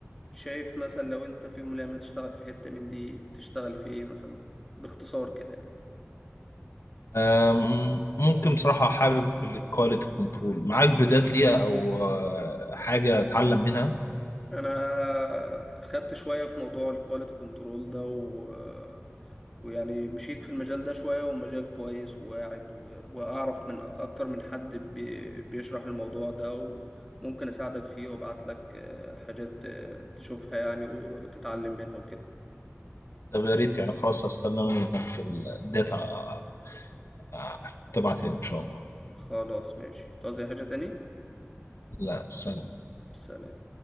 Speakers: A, in the centre; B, on the left.
A: شايف مثلا لو أنت في يوم من الأيام هتشتغل في حتة من دي تشتغل في إيه مثلا باختصار كده يعني
B: أم، ممكن بصراحة حابب الكواليتي كنترول معاك فيديوهات ليها أو آه، حاجة أتعلم منها
A: انا خدت شويه في موضوع الكواليتي كنترول ده و... ويعني مشيت في المجال ده شويه ومجال كويس وواعد و... واعرف من اكتر من حد بي... بيشرح الموضوع ده وممكن اساعدك فيه وابعت لك آه، حاجات آه، تشوفها يعني وتتعلم منها وكده
B: طب يا ريت يعني خلاص هستنى منك الداتا آه، آه، تبعتها لي إن شاء الله
A: خلاص ماشي تعوز أي حاجه تاني
B: لا سلام
A: سلام